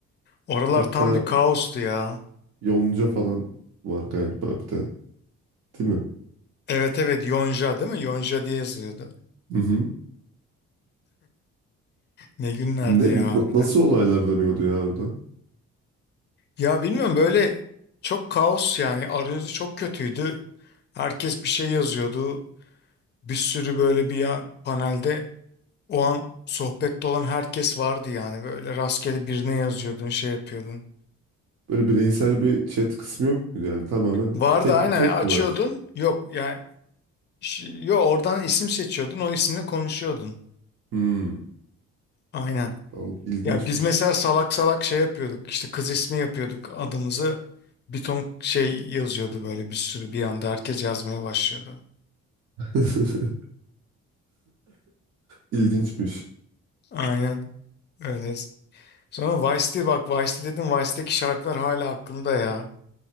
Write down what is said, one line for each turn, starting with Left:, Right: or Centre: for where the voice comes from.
Left: Oralar
Right: Hatta
Left: tam bir kaostu ya.
Right: Yonca falan var galiba bir de değil mi?
Left: Evet evet Yonca değil mi? Yonca diye yazılıyordu.
Right: Hı hı.
Left: Ne günlerdi
Right: Ne,
Left: ya
Right: na-
Left: harbiden.
Right: nasıl olaylar dönüyordu ya orada?
Left: Ya bilmiyorum böyle çok kaos yani arayüzü çok kötüydü. Herkes bir şey yazıyordu. Bir sürü böyle bir ya- panelde o an sohbette olan herkes vardı yani böyle rastgele birine yazıyordun şey yapıyordun.
Right: Böyle bireysel bir chat kısmı yok muydu yani? Tamamen
Left: Vardı
Right: tek
Left: aynen
Right: bir chat
Left: açıyordun
Right: mi var?
Left: yok yani ş- yok oradan isim seçiyordun o isimle konuşuyordun.
Right: Hmm.
Left: Aynen.
Right: Al, ilginçmiş.
Left: Ya biz mesela salak salak şey yapıyorduk. İşte kız ismi yapıyorduk adımızı. Bir ton şey yazıyordu böyle bir sürü bir anda herkes yazmaya başlıyordu.
Right: <laughs> İlginçmiş.
Left: Aynen öyle. Sonra Vice'di bak Vice'di dedim. Vice'deki şarkılar hala aklımda ya.